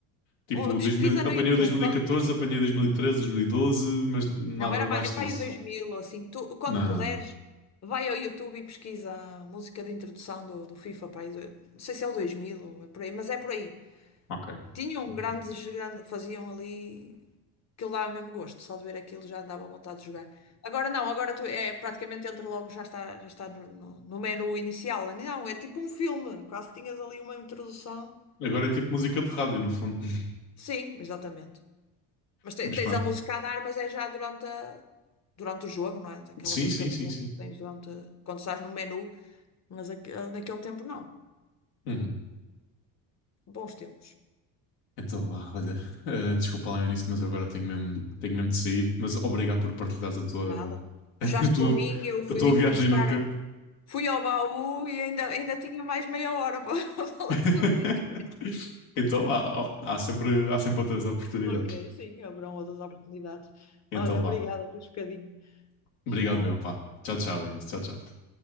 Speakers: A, on the left (about 85°); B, on the left (about 35°).
A: Tipo,
B: Um- Pesquisa
A: 2000, apanhei
B: no YouTube.
A: o 2014, apanhei 2013, 2012, mas nada
B: Não, era
A: abaixo
B: mais,
A: disso.
B: para aí os 2000, assim, tu, quando
A: Não,
B: puderes,
A: não.
B: vai ao YouTube e pesquisa a música de introdução do, do FIFA, para aí, do- não sei se é o 2000 ou é por aí, mas é por aí.
A: Ok.
B: Tinham
A: Ok.
B: grandes, grandes, faziam ali, aquilo dava mesmo gosto, só de ver aquilo já dava vontade de jogar. Agora não, agora tu é praticamente entra logo, já está, já está no, no, no menu inicial. Não, é tipo um filme, quase tinhas ali uma introdução.
A: Agora é tipo música de rádio, no fundo. <laughs>
B: Sim, exatamente. Mas te-
A: Mas
B: tens
A: pronto.
B: a música a dar, mas é já durante, a- durante o jogo, não é? Aquela
A: Sim,
B: música
A: sim,
B: de
A: sim,
B: fundo
A: sim.
B: que tens durante, quando estás no menu, mas aque- naquele tempo não.
A: Uhum.
B: Bons tempos.
A: Então vá, olha. eh, desculpa lá o início, mas eu agora tenho mesmo,
B: Ah,
A: tenho mesmo de sair. Mas obrigado por partilhares a tua,
B: Nada.
A: <laughs>
B: Puxaste
A: a tua,
B: por mim, eu fui,
A: a tua viagem
B: fui buscar.
A: no tempo.
B: Fui ao baú e ainda, ainda tinha mais meia hora para <laughs> falar
A: <laughs>
B: sobre isto.
A: Então há, há há sempre, há sempre outras oportunidades.
B: Ok, sim, haverão outras oportunidades.
A: Então
B: Olha,
A: vá.
B: obrigada por um bocadinho. Tchau.
A: Obrigado, eu. Vá. Tchau, tchau, Eunice. Tchau, tchau.